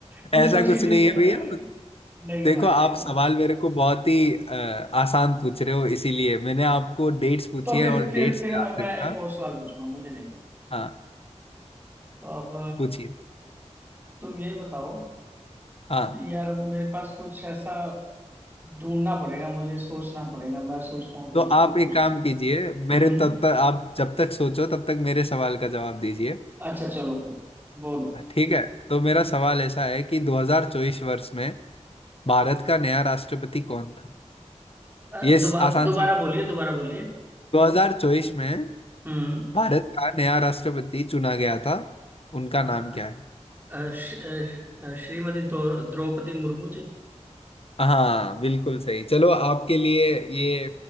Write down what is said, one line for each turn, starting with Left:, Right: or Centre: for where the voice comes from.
Right: कुछ
Left: ऐसा
Right: तो चीटिंग
Left: कुछ नहीं है
Right: है
Left: भैया
Right: अरे नहीं
Left: देखो
Right: भाई
Left: आप
Right: ये तो
Left: सवाल मेरे को बहुत ही अ, आसान पूछ रहे हो इसीलिए मैंने आपको डेट्स पूछी
Right: तो फिर
Left: है और
Right: फिर
Left: डेट्स
Right: फिर
Left: याद
Right: अब मैं
Left: रखना
Right: एक और सवाल पूछूंगा मुझे नहीं पता
Left: हाँ
Right: तो अब
Left: पूछिए
Right: तुम ये बताओ
Left: हाँ
Right: यार अब मेरे पास कुछ ऐसा ढूंढना पड़ेगा मुझे सोचना पड़ेगा मैं सोचता हूँ सोचता
Left: तो आप
Right: हूँ सोचता
Left: एक काम
Right: हूँ
Left: कीजिए
Right: हम्म
Left: मेरे तब तक आप जब तक सोचो तब तक मेरे सवाल का जवाब दीजिए
Right: अच्छा चलो फिर बोलो
Left: ठीक है तो मेरा सवाल ऐसा है कि 2024 वर्ष में भारत का नया राष्ट्रपति कौन था
Right: अ,
Left: ये स-
Right: दोबा
Left: आसान
Right: दोबारा
Left: सवाल
Right: बोलिए
Left: है
Right: दोबारा बोलिए
Left: 2024 में
Right: हम्म
Left: भारत का नया राष्ट्रपति चुना गया था उनका
Right: हाँ,
Left: नाम क्या है
Right: अ, श- अ, श्रीमती द्रौ- द्रौपदी मुर्मू जी
Left: हाँ बिल्कुल सही चलो आपके लिए ये